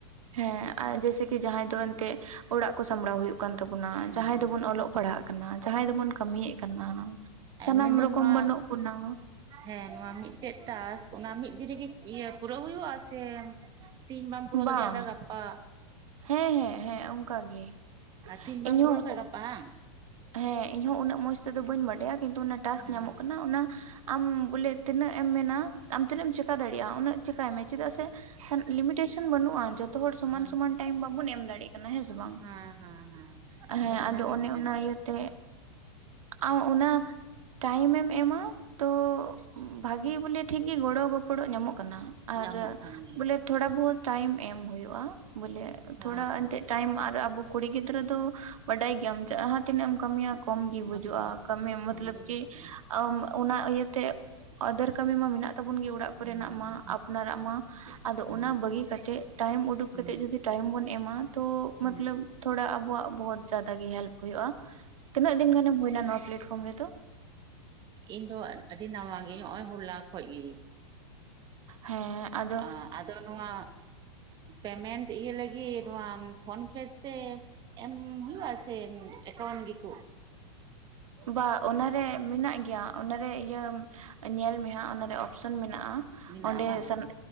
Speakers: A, on the right; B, on the right.
A: ᱦᱮᱸ ᱡᱮᱥᱮ ᱠᱤ ᱡᱟᱦᱟᱸᱭ ᱫᱚ ᱮᱱᱛᱮᱜ ᱚᱲᱟᱜ ᱠᱚ ᱥᱟᱢᱲᱟᱣ ᱦᱩᱭᱩᱜ ᱠᱟᱱ ᱛᱟᱵᱚᱱᱟ
B: ᱦᱩᱸ
A: ᱡᱟᱦᱟᱸᱭ
B: ᱦᱩᱸ
A: ᱫᱚᱵᱚᱱ ᱚᱞᱚᱜ ᱯᱟᱲᱦᱟᱜ ᱠᱟᱱᱟ ᱡᱟᱦᱟᱸᱭ ᱫᱚᱵᱚᱱ ᱠᱟᱹᱢᱤᱭᱮᱫ ᱠᱟᱱᱟ᱾ ᱥᱟᱱᱟᱢ
B: ᱢᱮᱱᱟ. ᱧ
A: ᱨᱚᱠᱚᱢ
B: ᱱᱚᱣᱟ
A: ᱵᱟᱹᱱᱩᱜ ᱵᱚᱱᱟ
B: ᱦᱮᱸ ᱱᱚᱣᱟ ᱢᱤᱫᱴᱮᱡ ᱴᱟᱥᱠ ᱚᱱᱟ ᱢᱤᱫ ᱫᱤᱱ ᱨᱮᱜᱮ ᱤᱭᱟ. ᱯᱩᱨᱟᱹ ᱦᱩᱭᱩᱜ ᱟᱥᱮ ᱛᱤᱦᱤᱧ ᱵᱟᱢ ᱯᱩᱨᱟᱹᱣ
A: ᱵᱟᱝ
B: ᱫᱟᱲᱮᱭᱟᱜᱫᱟ ᱜᱟᱯᱟ
A: ᱦᱮᱸ ᱦᱮᱸ ᱦᱮᱸ ᱚᱱᱠᱟ ᱜᱮ
B: ᱛᱤᱦᱤᱧ ᱵᱟᱢ
A: ᱤᱧ
B: ᱯᱩᱨᱟᱹᱣ
A: ᱦᱚᱸ
B: ᱞᱮᱠᱷᱟᱡ ᱜᱟᱯᱟ ᱵᱟᱝ
A: ᱦᱮᱸ ᱤᱧ ᱦᱚᱸ ᱩᱱᱟᱹᱜ ᱢᱚᱡ ᱛᱮᱫᱚ ᱵᱟᱹᱧ ᱵᱟᱰᱟᱭᱟ ᱠᱤᱱᱛᱩ ᱚᱱᱟ ᱴᱟᱥᱠ
B: ᱦᱮᱸ
A: ᱧᱟᱢᱚᱜ ᱠᱟᱱᱟ ᱚᱱᱟ ᱟᱢ ᱵᱚᱞᱮ ᱛᱤᱱᱟᱹᱜ ᱮᱢ ᱢᱮᱱᱟ ᱟᱢ ᱛᱤᱱᱟᱹᱜ ᱮᱢ ᱪᱮᱠᱟ ᱫᱟᱲᱮᱭᱟᱜᱼᱟ ᱩᱱᱟᱹᱜ ᱪᱤᱠᱟᱭ ᱢᱮ ᱪᱮᱫᱟᱜ ᱥᱮ ᱞᱤᱢᱤᱴᱮᱥᱟᱱ ᱵᱟᱹᱱᱩᱜᱼᱟ ᱡᱚᱛᱚ ᱦᱚᱲ ᱥᱚᱢᱟᱱ
B: ᱵᱟᱹᱱᱩᱜᱼᱟ
A: ᱥᱚᱢᱟᱱ ᱴᱟ. ᱭᱤᱢ ᱵᱟᱵᱚᱱ ᱮᱢ ᱫᱟᱲᱮᱭᱟᱜ ᱠᱟᱱᱟ ᱦᱮᱸ ᱥᱮ ᱵᱟᱝ?
B: ᱦᱮᱸ ᱦᱮᱸ ᱦᱮᱸ
A: ᱦᱮᱸ
B: ᱚᱱᱟᱜᱤᱧ
A: ᱟᱫᱚ ᱚᱱᱮ
B: ᱢᱮᱱᱫᱟ
A: ᱚᱱᱟ ᱤᱭᱟᱹᱛᱮ ᱟᱢ ᱚᱱᱟ ᱴᱟᱭᱤᱢᱮᱢ ᱮᱢᱟ ᱛᱚ ᱵᱷᱟᱜᱮ ᱵᱚᱞᱮ ᱴᱷᱤᱠ ᱜᱮ ᱜᱚᱲᱚ ᱜᱚᱯᱚᱲᱚ ᱧᱟᱢᱚᱜ ᱠᱟᱱᱟ᱾ ᱟᱨ
B: ᱧᱟᱢᱚᱜ ᱠᱟᱱ ᱜᱮᱭᱟ
A: ᱵᱚᱞᱮ ᱛᱷᱚᱲᱟ ᱵᱚᱦᱩᱛ ᱴᱟᱭᱤᱢ ᱮᱢ ᱦᱩᱭᱩᱜᱼᱟ ᱵᱚᱞᱮ
B: ᱦᱮᱸ
A: ᱛᱷᱚᱲᱟ
B: ᱦᱮᱸ
A: ᱮᱱᱛᱮᱫ ᱴᱟᱭᱤᱢ ᱟᱨ ᱟᱵᱚ ᱠᱩᱲᱤ ᱜᱤᱫᱽᱨᱟᱹ ᱫᱚ ᱵᱟᱰᱟᱭ ᱜᱮᱭᱟᱢ ᱡᱟᱦᱟᱸ ᱛᱤᱱᱟᱹᱜ ᱮᱢ ᱠᱟᱹᱢᱤᱭᱟ ᱠᱚᱢ ᱜᱮ ᱵᱩᱡᱩᱜᱼᱟ
B: ᱠᱟᱹᱢᱤ
A: ᱠᱟᱹᱢᱤ
B: ᱠᱚᱢ
A: ᱢᱚᱛᱞᱚᱵ
B: ᱜᱮ
A: ᱠᱤ
B: ᱵᱩᱡᱷᱟᱹᱜᱼᱟ
A: ᱟᱢ ᱚᱱᱟ ᱤᱭᱟᱹᱛᱮ ᱟᱫᱟᱨ ᱠᱟᱹᱢᱤ ᱢᱟ ᱢᱮᱱᱟᱜ ᱛᱟᱵᱚᱱ ᱜᱮ ᱚᱲᱟᱜ ᱠᱚᱨᱮᱱᱟᱜ
B: ᱦᱮᱸ
A: ᱢᱟ
B: ᱦᱮᱸ
A: ᱟᱯᱱᱟᱨᱟᱜ ᱢᱟ ᱟᱫᱚ
B: ᱦᱮᱸ
A: ᱚᱱᱟ ᱵᱟᱹᱜᱤ ᱠᱟᱛᱮ ᱴᱟᱭᱤᱢ ᱩᱰᱩᱠ
B: ᱦᱮᱸ
A: ᱠᱟᱛᱮᱜ ᱡᱩᱫᱤ ᱴᱟᱭᱤᱢ ᱵᱚᱱ ᱮᱢᱟ ᱛᱚ
B: ᱦᱮᱸ
A: ᱢᱚᱛᱞᱚᱵ ᱛᱷᱚᱲᱟ ᱟᱵᱚᱣᱟᱜ ᱵᱚᱦᱚᱛ ᱡᱟᱫᱟ ᱜᱮ ᱦᱮᱞᱯ ᱦᱩᱭᱩᱜᱼᱟ᱾ ᱛᱤᱱᱟᱹᱜ ᱫᱤᱱ ᱜᱟᱱᱮᱢ ᱦᱩᱭᱱᱟ ᱱᱚᱣᱟ ᱯᱞᱮᱴᱯᱷᱚᱨᱢ ᱨᱮᱫᱚ?
B: ᱤᱧ ᱫᱚ ᱟᱹᱰᱤ ᱱᱟᱣᱟ ᱜᱮ ᱱᱚᱜ-ᱚᱭ ᱦᱚᱞᱟ ᱠᱷᱚᱡ ᱜᱮ᱾
A: <inaudible> ᱦᱮᱸ ᱟᱫᱚ᱾
B: ᱟᱸ ᱟᱫᱚ ᱱᱚᱣᱟ ᱯᱮᱢᱮᱱᱴ ᱤᱭᱟᱹ ᱞᱟᱹᱜᱤᱫ ᱱᱚᱣᱟ ᱯᱷᱳᱱᱯᱮ ᱛᱮ ᱮᱢ ᱦᱩᱭᱩᱜ-ᱟ ᱥᱮ ᱥᱮ ᱮᱠᱟᱭᱩᱱᱴ ᱜᱮ ᱠᱚ
A: ᱵᱟ ᱚᱱᱟᱨᱮ ᱢᱮᱱᱟᱜ ᱜᱮᱭᱟ ᱚᱱᱟᱨᱮ ᱤᱭᱟᱹ ᱧᱮᱞ ᱢᱮ ᱦᱟᱸᱜ ᱚᱱᱟᱨᱮ ᱚᱠ ᱚᱯᱥᱮᱱ ᱢᱮᱱᱟᱜᱼᱟ᱾
B: ᱢᱮᱱᱟᱜᱼᱟ
A: ᱚᱸᱰᱮ
B: ᱵᱟᱝ
A: ᱥᱟᱱᱟᱢ